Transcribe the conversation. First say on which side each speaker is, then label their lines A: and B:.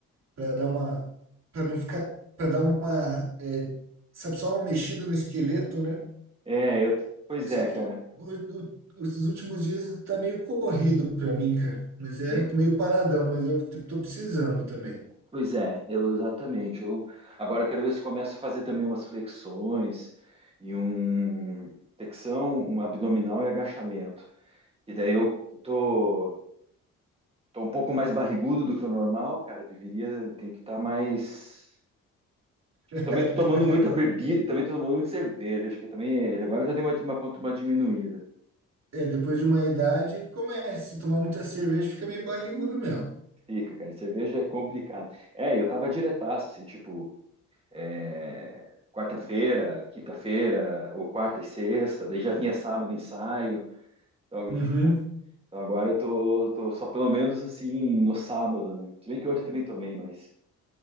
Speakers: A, on the right; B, on the right.
A: para dar uma, para não ficar, para dar uma, é, sabe, só uma mexida no esqueleto, né?
B: É, eu, pois
A: Só
B: é,
A: que
B: cara.
A: o- o- os últimos dias tá meio corrido pra mim, cara. Mas é,
B: É,
A: tô meio paradão, mas eu t- tô precisando também.
B: pois é, eu, exatamente. Eu agora eu quero ver se eu começo a fazer também umas flexões e um flexão, um abdominal e agachamento. E daí eu tô, tô um pouco mais barrigudo do que o normal, cara. Deveria, tem que estar mais
A: <laughs>
B: Também tô tomando muita bebida, também tô tomando muita cerveja, acho que também é- agora já deu uma, uma, conta- uma diminuída.
A: é, depois de uma idade, começa. Se tomar muita cerveja, fica meio barrigudo mesmo.
B: Fica, cara, cerveja é complicado. É, eu tava diretaço, assim, tipo, é, quarta-feira, quinta-feira, ou quarta e sexta, daí já vinha sábado ensaio. Então ag-
A: Uhum.
B: então agora eu tô, tô só pelo menos assim no sábado, né? Se bem que ontem também tomei, mas,